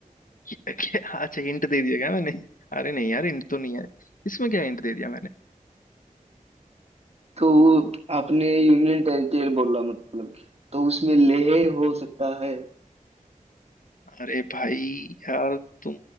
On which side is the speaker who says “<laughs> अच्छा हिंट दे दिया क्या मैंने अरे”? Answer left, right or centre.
Left